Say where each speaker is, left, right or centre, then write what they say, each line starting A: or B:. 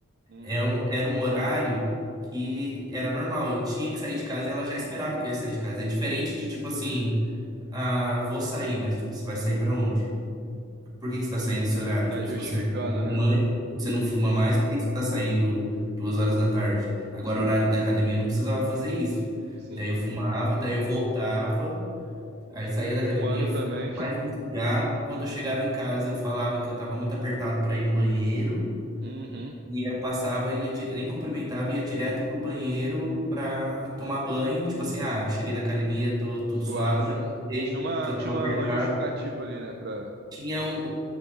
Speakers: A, on the right (about 50°); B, on the right (about 20°).
A: Uhum.
B: É um- era um horário que era normal. Eu tinha que sair de casa e ela já esperava que eu ia sair de casa. É diferente de tipo assim, ah, vou sair, mas tipo, você vai sair pra onde? Por que que você tá saindo esse horário? Tipo,
A: Já justificando,
B: se você não é mais
A: né?
B: fumante, você não
A: Uhum.
B: fuma mais, por que que você tá saindo duas horas da tarde? Agora, o horário da academia eu não precisava fazer isso.
A: Sim.
B: Daí eu fumava, daí eu voltava, aí saía da academia,
A: Humano
B: fumava
A: também. <laughs>
B: mais um cigarro. Quando eu chegava em casa, eu falava que eu tava muito apertado pra ir no banheiro.
A: Uhum.
B: Ia, passava, ia dire... nem cumprimentava, ia direto pro banheiro pra tomar banho. Tipo assim, ah, cheguei da academia, tô tudo
A: Suado,
B: suado, já
A: né?
B: aproveitei
A: Tinha uma,
B: que eu tava
A: tinha uma,
B: apertado.
A: uma justificativa ali, né? Pra...
B: Tinha um,